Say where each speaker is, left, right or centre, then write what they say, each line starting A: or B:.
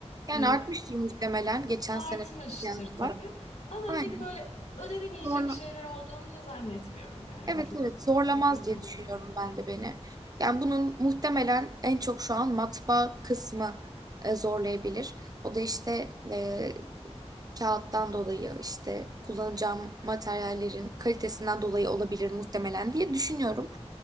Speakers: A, on the right; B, on the left.
A: Yani
B: E,
A: artmıştır muhtemelen geçen
B: artmıştır
A: sene kıyasla.
B: tabii. Ama
A: Aynen.
B: hani böyle ödenemeyecek
A: Zorla.
B: şeyler olduğunu da zannetmiyorum yani
A: Evet
B: çok
A: evet zorlamaz
B: büyük rakamlar
A: diye düşünüyorum
B: değil.
A: ben de beni. Yani bunun muhtemelen en çok şu an matbaa kısmı e, zorlayabilir. O da işte e, kağıttan dolayı işte kullanacağım materyallerin kalitesinden dolayı olabilir muhtemelen diye düşünüyorum.